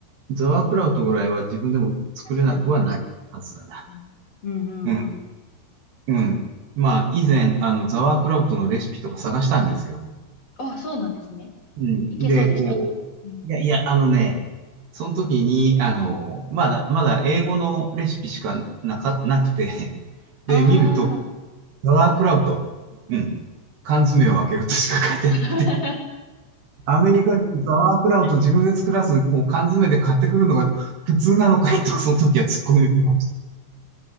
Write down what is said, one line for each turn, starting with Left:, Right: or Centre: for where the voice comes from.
Right: ザワークラウトぐらいは自分でも作れなくはないはずだな。
Left: 確かに。うん。うんうんうん。
Right: うん。うん。まあ、以前、あの、ザワークラウトのレシピとか探したんですよ。
Left: あ、そうなんですね。
Right: うん。
Left: いけそうでした。
Right: で、こう、
Left: うん。
Right: いやいや、あのね、その時に、あの、まだ、まだ英語のレシピしかなか、なくて、で、
Left: ああ。
Right: 見ると、ザワークラウト、うん。缶詰を開けるとしか書いてなくて
Left: <laughs>
Right: アメリカ人ザワークラウト自分で作らず、こう缶詰で買ってくるのが普通なのかいと、その時は突っ込みました。